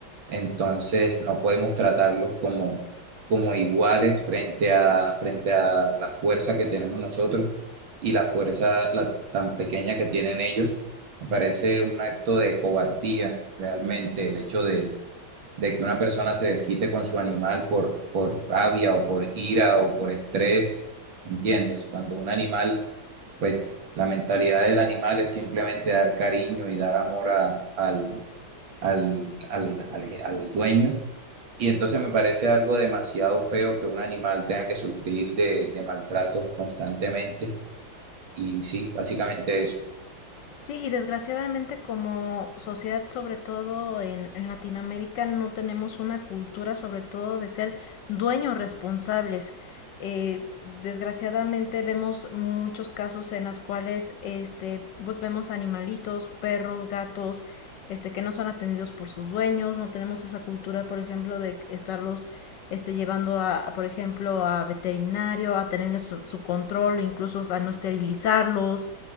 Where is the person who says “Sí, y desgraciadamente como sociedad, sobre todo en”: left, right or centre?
Left